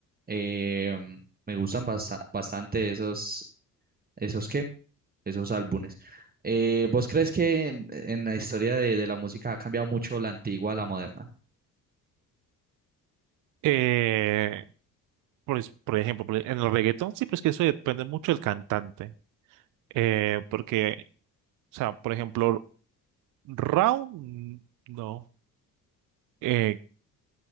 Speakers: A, on the right (about 20°); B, on the right (about 40°).
A: eh, me gustan basa- bastante esos, esos qué, esos álbumes. Eh, ¿vos crees que en, en la historia de, de la música ha cambiado mucho la antigua a la moderna?
B: Eh, pues, por ejemplo, por- e, en el reggaetón sí, pues que eso depende mucho del cantante. Eh, porque, o sea, por ejemplo, Rao, mm, no. Eh,